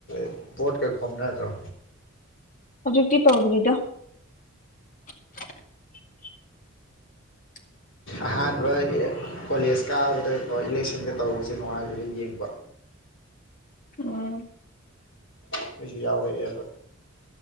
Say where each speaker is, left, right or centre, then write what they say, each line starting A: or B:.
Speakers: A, on the left; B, on the left.
A: <unintelligible> ꯚ‌ꯣꯠꯀ ꯈ‌ꯣꯝꯅꯗ꯭ꯔ‌ꯣ
B: ꯍꯧꯖꯤꯛꯇꯤ ꯇꯧꯗ꯭ꯔꯤꯗ <unintelligible>
A: ꯑꯍꯥꯟꯕ ꯀꯣꯂꯦꯖ ꯀꯥꯕꯗꯀꯣ ꯏꯂꯦꯛꯁꯟꯒ ꯇꯧꯕꯁꯦ ꯅꯨꯡꯉꯥꯏꯕꯅ‌ꯦ ꯌꯦꯡꯕ
B: ꯎꯝ
A: ꯑꯩꯁꯨ ꯌꯥꯎꯔꯛꯑꯦꯕ